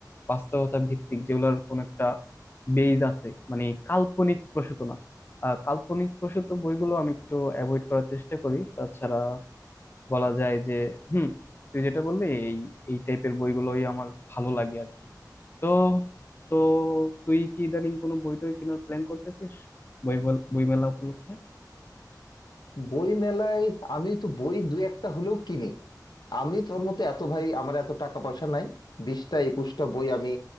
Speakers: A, on the left; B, on the left.
A: বাস্তবতা ভিত্তিক যেগুলোর কোনো একটা বেজ আছে মানে কাল্পনিক প্রসূত না আহ, কাল্পনিক প্রসূত বইগুলো আমি একটু অ্যাভয়েড করার চেষ্টা করি তাছাড়া বলা যায় যে হুম তুই যেটা বললি এই এই টাইপের বইগুলোই আমার ভালো লাগে আর কি তো তো তুই কি ইদানিং কোনো বই টই কেনার প্ল্যান করতেছিস বই বল- বই মেলা উপলক্ষে
B: বই মেলায় আমি তো বই দুই একটা হলেও কিনি আমি তোর মতো এত ভাই আমার এত টাকা পয়সা নাই বিশটা একুশটা বই আমি